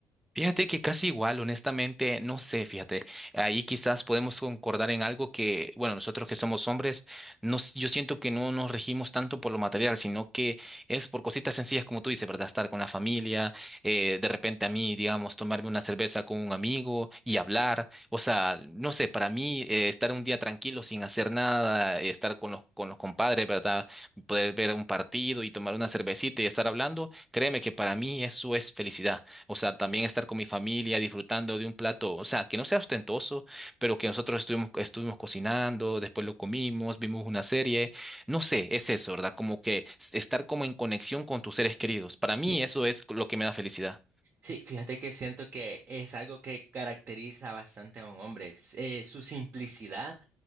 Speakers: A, in the centre; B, on the right.
A: Fíjate que casi igual, honestamente, no sé, fíjate, ahí quizás podemos concordar en algo que, bueno, nosotros que somos hombres, nos, yo siento que no nos regimos tanto por lo material, sino que es por cositas sencillas, como tú dices, ¿verdad? Estar con la familia, eh, de repente a mí, digamos, tomarme una cerveza con un amigo y hablar, o sea, no sé, para mí, eh, estar un día tranquilo sin hacer nada, eh, estar con los, con los compadres, ¿verdad? Poder ver un partido y tomar una cervecita y estar hablando, créeme que para mí eso es felicidad o sea, también estar con mi familia disfrutando de un plato, o sea, que no sea ostentoso, pero que nosotros estuvimos, estuvimos cocinando, después lo comimos, vimos una serie, no sé, es eso, ¿verdad? Como que s- estar como en conexión con tus seres queridos. Para mí
B: Sí,
A: eso es lo que me da felicidad.
B: sí, fíjate que siento que es algo que caracteriza bastante a un hombre, es, eh, su simplicidad,